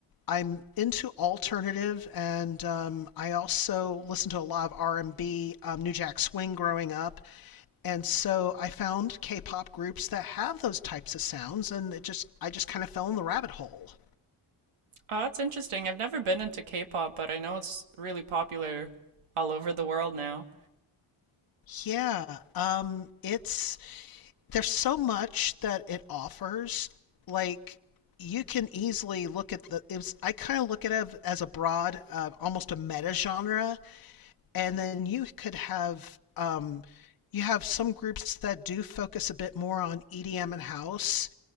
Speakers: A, on the left (about 45°); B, on the right (about 80°).
A: I'm into alternative, and um, I also listened to a lot of R&B, um, New Jack Swing growing up, and so I found K-pop groups that have those types of sounds, and it just I just kind of fell in the rabbit hole.
B: Oh, that's interesting. I've never been into K-pop, but I know it's really popular all over the world now.
A: Yeah, um, it's there's so much that it offers. Like you can easily look at the. It was, I kind of look at it as a broad, uh, almost a meta genre and then you could have um, you have some groups that do focus a bit more on EDM and house,